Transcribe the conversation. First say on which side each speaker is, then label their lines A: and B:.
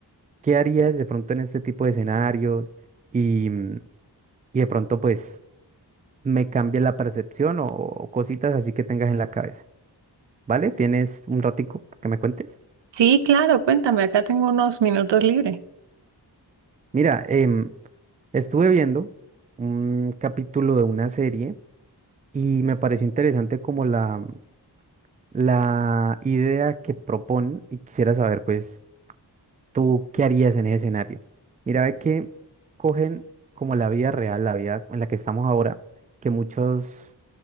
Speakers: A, on the right (about 20°); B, on the right (about 80°).
A: qué harías de pronto en este tipo de escenarios y, mm, y de pronto pues me cambia la percepción o, o cositas así que tengas en la cabeza, ¿vale? ¿Tienes un ratico que me cuentes?
B: Sí, claro, cuéntame, acá tengo unos minutos libres.
A: Mira, em, estuve viendo un capítulo de una serie y me pareció interesante como la, la idea que proponen y quisiera saber, pues, tú qué harías en ese escenario. Mira, ve que cogen como la vida real, la vida en la que estamos ahora, que muchos,